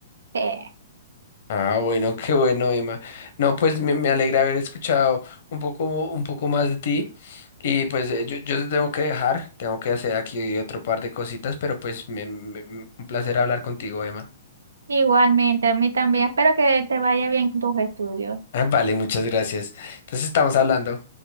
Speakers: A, on the right; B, on the left.
A: sí.
B: Ah, bueno, qué bueno, Emma. No, pues me, me alegra haber escuchado un poco, un poco más de ti. Y pues eh, yo, yo te tengo que dejar, tengo que hacer aquí otro par de cositas, pero pues me- me- me- un placer hablar contigo, Emma.
A: Igualmente, a mí también. Espero que te vaya bien con tus estudios.
B: Ah, vale, muchas gracias. Entonces estamos hablando.